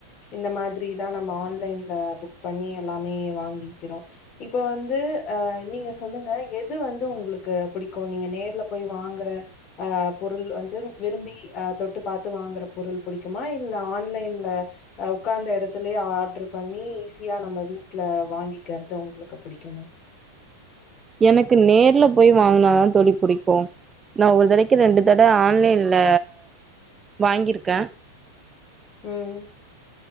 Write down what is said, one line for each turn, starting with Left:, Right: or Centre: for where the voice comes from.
Left: இந்த மாதிரி தா நம்ப ஆன்லைன்ல புக் பண்ணி எல்லாமே வாங்கிக்கிறோ இப்போ வந்து ஆஹ் நீங்க சொல்லுங்க எது வந்து உங்களுக்கு புடிக்கு நீங்க நேர்ல போய் வாங்கற ஆஹ் பொருள் வந்து விரும்பி ஆஹ் தொட்டு பாத்து வாங்கற பொருள் புடிக்குமா இல்ல ஆன்லைன்ல உக்காந்த எடத்துலயே ஆர்டரு பண்ணி ஈஸியா நம்ப வீட்ல வாங்கிக்கறதா உங்களுக்கு புடிக்குமா
Right: எனக்கு நேர்ல போய் வாங்னாதா தோழி புடிக்கு நா ஒரு தடைக்கு ரெண்டு தட ஆன்லைன்ல வாங்கிருக்க
Left: உம்